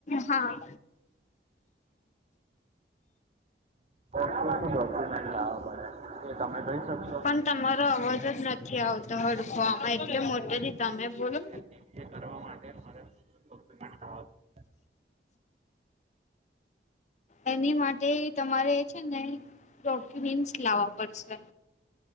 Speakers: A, on the left (about 40°); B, on the right (about 35°).
A: હા.
B: તો શું શું ડોક્યુમેન્ટ લાવવા પડે એ તમે કહી શકશો
A: પણ તમારો અવાજ જ નથ થી આવતો હડફું આમાં એટલે મોટોથી તમે બોલો.
B: બીબીએ કરવા માટે મારે શું શું ડોક્યુમેન્ટ લાવવા
A: એની માટે તમારે છે ને ડોક્યુમેન્ટસ લાવવા પડશે.